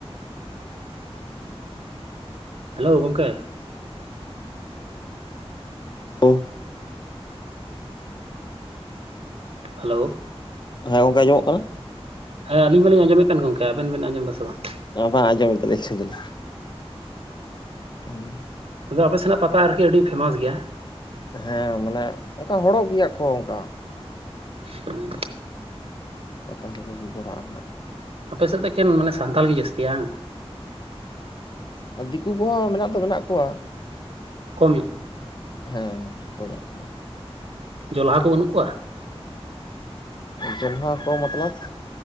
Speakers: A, on the right; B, on the left.
A: ᱦᱮᱞᱳ ᱜᱚᱝᱠᱮ
B: ᱳ
A: ᱦᱮᱞᱳ
B: ᱦᱮᱸ ᱜᱚᱢᱠᱮ ᱟᱸᱡᱚᱢᱚᱜ ᱠᱟᱱᱟ
A: ᱦᱮᱸ ᱟᱹᱞᱤᱧ ᱢᱟᱸᱞᱤᱧ ᱟᱸᱡᱚᱢᱮᱫ ᱠᱟᱱ ᱜᱚᱢᱠᱮ ᱟᱵᱮᱱ ᱵᱮᱱ ᱟᱸᱡᱚᱢ ᱫᱟᱥᱮ ᱵᱟᱝ
B: ᱚ ᱵᱟᱝ ᱟᱸᱡᱚᱢᱮᱫ ᱫᱟᱞᱤᱧ ᱦᱩᱸ
A: ᱚ ᱟᱫᱚ ᱟᱯᱮ ᱥᱮᱱᱟᱜ ᱯᱟᱛᱟ ᱟᱨᱠᱤ ᱟᱹᱰᱤ ᱯᱷᱮᱢᱟᱥ ᱜᱮᱭᱟ
B: ᱦᱮᱸ ᱢᱟᱱᱮ ᱚᱱᱠᱟ ᱦᱚᱲᱚᱜ ᱜᱮᱭᱟ ᱠᱚ ᱚᱱᱠᱟ
A: ᱦᱮᱸ
B: ᱯᱟᱛᱟ ᱠᱚᱜᱮ ᱦᱚᱭ ᱵᱟᱲᱟ ᱦᱟᱸᱜ-ᱟ <inaudible>
A: ᱟᱯᱮ ᱥᱮᱫ ᱫᱚ ᱮᱠᱷᱮᱱ ᱢᱟᱱᱮ ᱥᱟᱱᱛᱟᱞ ᱜᱮ ᱡᱟᱥᱛᱤ ᱦᱟᱝ
B: ᱦᱮᱸ ᱫᱤᱠᱩ ᱠᱚᱦᱚᱸ ᱢᱮᱱᱟᱜ ᱫᱚ ᱢᱮᱱᱟᱜ ᱠᱚᱣᱟ
A: ᱠᱚᱢ ᱧᱚᱜ
B: ᱦᱮᱸ ᱠᱚᱢ ᱧᱚᱜ ᱜᱮᱦᱟᱸ
A: ᱡᱚᱞᱦᱟ ᱠᱚ ᱵᱟᱹᱱᱩᱜ ᱠᱚᱣᱟ
B: ᱡᱚᱞᱦᱟ ᱠᱚ ᱢᱚᱛᱞᱚᱵ